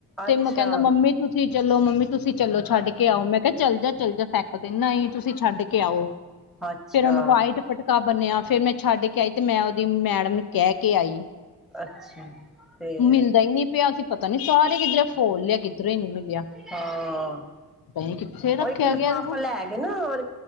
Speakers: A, on the left; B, in the centre.
A: ਤੇਮ
B: ਅੱਛਾ
A: ਕੈਂਦਾ ਮੰਮੀ ਤੁਸੀ ਚਲੋ, ਮੰਮੀ ਤੁਸੀ ਚਲੋ ਛੱਡ ਕੇ ਆਓ, ਮੈਂ ਕੇਆ ਚਲ ਜਾ, ਚਲ ਜਾ। ਫੇਕ ਦੇ ਨਾ ਈ ਤੁਸੀ ਛੱਡ ਕੇ ਆਓ,
B: ਅੱਛਾ
A: ਫੇਰ ਓਨੂੰ ਵਾਈਟ ਪਟਕਾ ਬੰਨੇਆ ਫੇਰ ਮੈਂ ਛੱਡ ਕੇ ਆਈ, ਤੇ ਮੈਂ ਓਦੀ ਮੈਡਮ ਨੂੰ ਕੈਹ ਕੇ ਆਈ।
B: ਅੱਛਾ ਫੇਰ
A: ਮਿਲਦਾ ਈ ਨੀ ਪੇਆ ਸੀ ਪਤਾ ਨੀ ਸਾਰੇ ਕਿੱਧਰ ਫੋਲ ਲੇਆ ਕਿੱਧਰੋ ਈ ਨੀ ਮਿਲੇਆ
B: ਹਾਂ
A: ਪਤਾ ਨੀ ਕਿੱਥੇ ਰੱਖੇਆ
B: ਉਹ ਇੱਕ ਲਿਫਾਫਾ
A: ਗੇਆ ਵੇ।
B: ਲੈ ਕੇ ਨਾ ਆ,